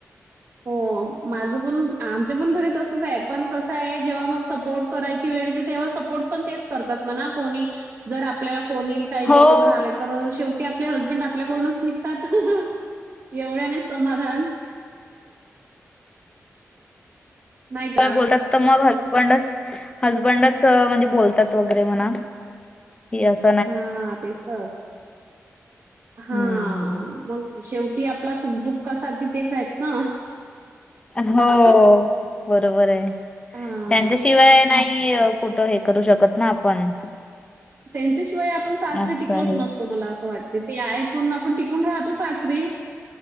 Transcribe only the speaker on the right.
हो माझं पण आमच्या पण घरीच तस तसंच आहे जेव्हा म सपोर्ट करायची वेळ येते तेव्हा सपोर्ट पण तेच करतात मना कोणी जर आपल्याला कोणी काही
बोलत राहले तर शेवटी आपले हसबेंड आपल्याकडूनच निघतात एवढ्याने समाधान नाही का?
हा तेच तर हा
मग शेव ती आपला सुखदुःखा साठी तेच आहेत ना
हां,
त्यांच्याशिवाय आपण सासरे
टिकलोच
नसतो मला असं वाटत बीपी आहे म्हणन आपण टिकून राहतो सासरी.